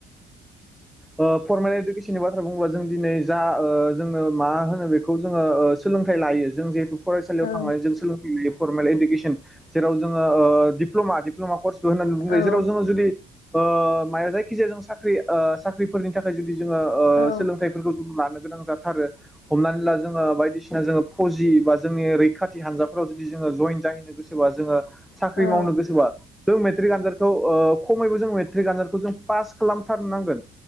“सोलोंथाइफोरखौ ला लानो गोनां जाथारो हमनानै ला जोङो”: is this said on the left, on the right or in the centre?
Centre